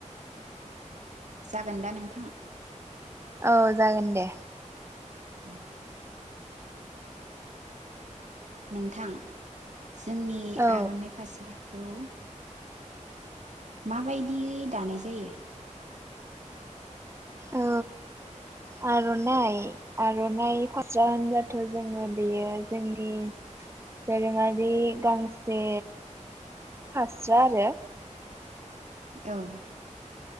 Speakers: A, on the right; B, on the right.
A: जागोन दा नोंथां
B: औ जागोन दे
A: औ नोंथां जोंनि
B: औ
A: आर'नाइ फारसेया औौ माबायदियै दानाय जायो
B: औ आर'नाइ आर'नाइ जान जाथों जोंगोन बेयो जोंनि दोरोङारि गांसे फास्रा आरो
A: औ